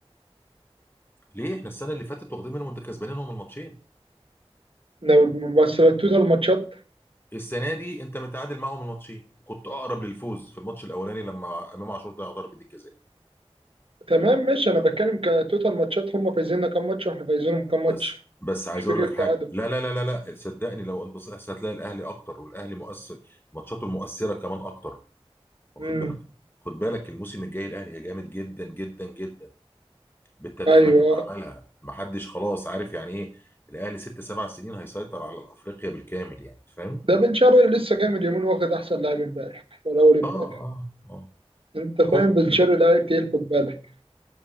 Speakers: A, on the left (about 20°); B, on the right (about 60°).
A: ليه احنا السنة اللي فاتت واخدين منهم انت كسبانينهم الماتشين
B: إن بس لو التوتال ماتشات
A: السنة دي انت متعادل معاهم الماتشين كنت اقرب للفوز في الماتش الاولاني لما امام عاشور ضيع ضربة الجزاء
B: تمام ماشي انا بتكلم كتوتال ماتشات هما فايزيننا كام ماتش واحنا فايزينهم كام ماتش
A: بس بس عايز
B: مش فكره
A: اقول لك
B: تعادل
A: حاجه لا لا لا لا لا صدقني لو انبسطت هتلاقي الاهلي اكتر والاهلي مؤثر ماتشاته المؤثره كمان اكتر واخد
B: مم.
A: بالك خد بالك الموسم الجاي الاهلي جامد جدا جدا جدا بالتدعيمات
B: ايوه
A: اللي عملها محدش خلاص عارف يعني ايه الاهلي ست سبع سنين هيسيطر على افريقيا بالكامل يعني فاهم
B: ده بن شرقي لسه جاي من يومين واخد احسن لاعب امبارح ولا اول امبارح
A: اه اه اه
B: انت فاهم
A: عمو-
B: بن شرقي لاعب تقيل خد بالك